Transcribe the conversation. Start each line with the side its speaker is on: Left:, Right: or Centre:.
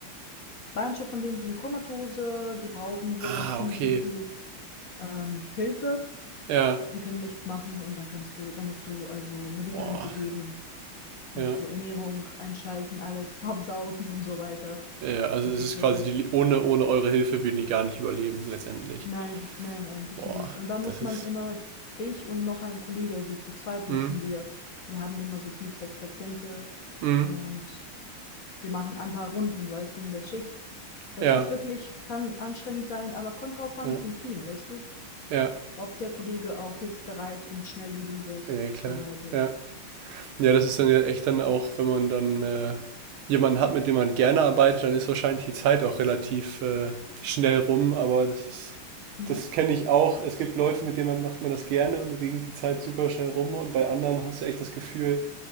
Left: Manche von denen sind komatose, die brauchen
Right: Ah,
Left: wirklich viel,
Right: okay.
Left: viel, viel ähm, Hilfe,
Right: Ja.
Left: die können nichts machen und da kannst du, da musst du also Medikamente
Right: Boah.
Left: geben, da
Right: Ja.
Left: musst du Ernährung einschalten, alles <laughs> absaugen und so weiter.
Right: Ja, also
Left: Das
Right: es
Left: ist
Right: ist
Left: wirklich,
Right: quasi die, ohne, ohne eure Hilfe würden die gar nicht überleben, letztendlich.
Left: nein, nein, eigentlich
Right: Boah,
Left: nicht. Und da muss
Right: das ist.
Left: man immer, ich und noch ein Kollege, also zu zweit müssen
Right: Mm,
Left: wir, wir haben immer so fünf, sechs Patienten
Right: mm,
Left: und wir machen ein paar Runden, weißt du, in der Schicht. Es
Right: ja,
Left: ist wirklich, kann anstrengend sein, aber kommt drauf an
Right: ja,
Left: vom Team, weißt du,
Right: ja,
Left: ob der Kollege auch hilfsbereit und schnell wie du bist,
Right: ja, klar.
Left: so weiter.
Right: Ja, Ja, das ist dann ja echt dann auch, wenn man dann äh, jemanden hat, mit dem man gerne arbeitet, dann ist wahrscheinlich die Zeit auch relativ äh, schnell rum, aber das ist,
Left: Mhm.
Right: das kenne ich auch. Es gibt Leute, mit denen man macht man das gerne und mit denen geht die Zeit super schnell rum und bei anderen hast du echt das Gefühl,